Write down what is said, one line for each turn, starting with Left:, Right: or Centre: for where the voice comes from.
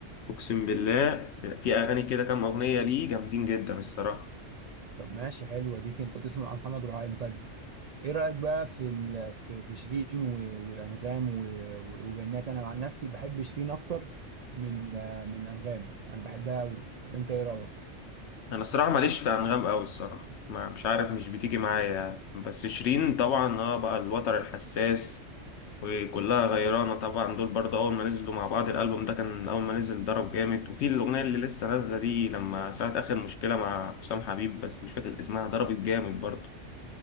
Left: اقسم بالله في اغاني كده كام اغنيه ليه جامدين جدا الصراحه
Right: طب ماشي حلوه دي انت تسمع محمد رهيم طيب ايه رايك بقى في ال... في, في شيرين و... وانغام و... و... وجنات انا عن نفسي بحب شيرين اكتر من آه، من انغام انا بحبها قوي وانت ايه رايك
Left: انا الصراحه ماليش في انغام قوي الصراحه ما مش عارف مش بتيجي معايا يعني. بس شيرين طبعا اه بقى الوتر الحساس وكلها غيرانه طبعا دول برضه اول ما نزلوا مع بعض الالبوم ده كان اول ما نزل ضرب جامد وفي الاغنيه اللي لسه نازله دي لما ساعه اخر مشكله مع حسام حبيب بس مش فاكر اسمها ضربت جامد برضه